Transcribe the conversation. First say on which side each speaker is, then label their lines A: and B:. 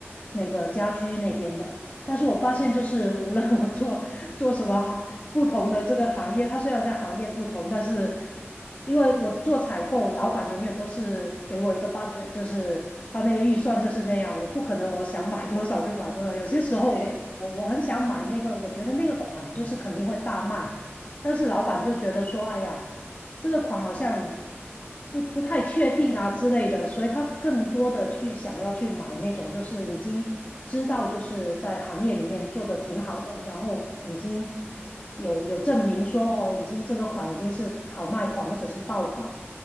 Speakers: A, on the left (about 35°); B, on the left (about 75°).
A: 那个家居那边的。但是我发现，
B: 嗯
A: 就是无论我做做什么行不同的这个行业，它虽然在行业不同，但是因为我做采购，老板永远都是给我一个 budget，就是他那个预算就是那样，
B: 嗯，
A: 我不可能我想买多少就买多少。有些时候我我很想买那个，
B: 对，
A: 我觉得那个款就是肯定会大卖。但是老板就觉得说，哎呀，这个款好像不不太确定啊之类的，所以他更多的去想要去买那种就是已经知道就是在行业里面做的挺好的，然后已经
B: 嗯，
A: 有有证明说哦，已经这个款已经是好卖款或者是爆款，